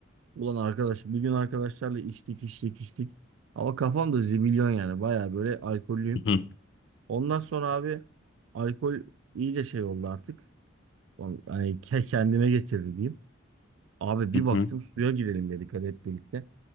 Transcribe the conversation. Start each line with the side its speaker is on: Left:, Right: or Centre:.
Right: Ulan arkadaş bir gün arkadaşlarla içtik içtik içtik. Ama kafam da zibilyon yani baya böyle alkollüyüm.
Left: Hı hı
Right: Ondan sonra abi alkol iyice şey oldu artık. On- Hani ke- kendime getirdi diyeyim. Abi bir
Left: hı
Right: baktım
Left: hı.
Right: suya girelim dedik hadi hep birlikte.